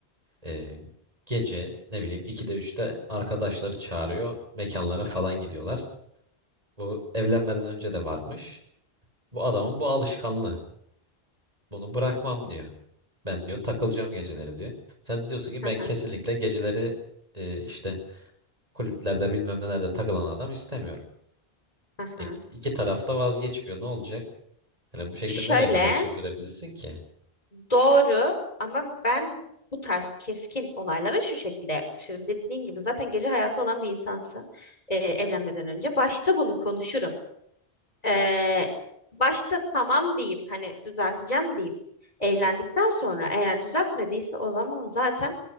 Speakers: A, on the right; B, on the left.
A: e, gece ne bileyim 2'de üçte arkadaşları çağırıyor mekanlara falan gidiyorlar. Bu evlenmeden önce de varmış. Bu adamın bu alışkanlığı. Bunu bırakmam diyor. Ben diyor takılacağım geceleri diyor. Sen diyorsun ki ben
B: Hı
A: kesinlikle
B: hı,
A: geceleri e, işte kulüplerde bilmem nelerde takılan adam istemiyorum.
B: hı hı.
A: E, iki taraf da vazgeçmiyor. Ne olacak? Yani bu şekilde
B: Şöyle
A: nereye kadar sürdürebilirsin ki?
B: doğru ama ben bu tarz keskin olaylara şu şekilde yaklaşırım. Dediğin gibi zaten gece hayatı olan bir insansa e, evlenmeden önce başta bunu konuşurum. Ee, başta tamam deyip hani düzelteceğim deyip evlendikten sonra eğer düzeltmediyse o zaman zaten